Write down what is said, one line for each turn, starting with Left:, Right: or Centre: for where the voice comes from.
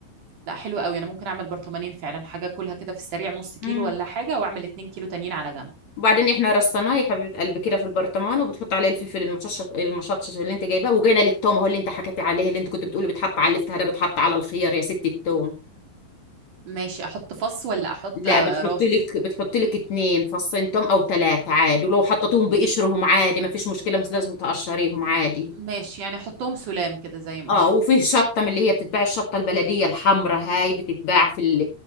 Right: لا حلو قوي انا ممكن اعمل برطمانين فعلا حاجه اكلها كده في السريع نص كيلو
Left: مم.
Right: ولا حاجه واعمل 2 كيلو تانيين على جنب
Left: وبعدين احنا رصيناه يا حبيبه قلبي كده في البرطمان وبتحط عليه الفلفل المشطشط المشطشط اللي انت جايباه وجينا للتوم هو اللي انت حكيتي عليه اللي انت كنت بتقولي بتحط على الافتهار ده بتحط على الخيار يا ست التوم
Right: ماشي احط فص ولا احط
Left: لا
Right: آه،
Left: بتحط
Right: راس
Left: لك بتحط لك اتنين فصين توم او تلاتة عادي ولو حطيتهم بقشرهم عادي ما فيش مشكلة مش لازم تقشريهم عادي
Right: ماشي يعني حطهم سلام كده زي ما
Left: اه
Right: هم
Left: وفيه شطة من اللي هي بتتباع الشطة البلدية الحمراء هاي بتتباع في ال